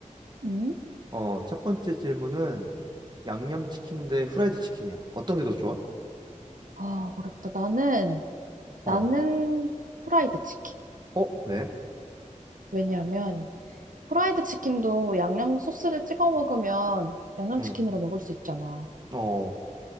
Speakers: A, on the right (about 85°); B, on the right (about 35°).
A: 응
B: 어, 첫 번째 질문은 양념치킨 대 후라이드 치킨이야. 어떤 게 더 좋아?
A: 아, 어렵다. 나는,
B: 어.
A: 나는 후라이드 치킨.
B: 어, 왜?
A: 왜냐면, 후라이드 치킨도 양념 소스를 찍어 먹으면 양념
B: 응.
A: 치킨으로 먹을 수 있잖아.
B: 어.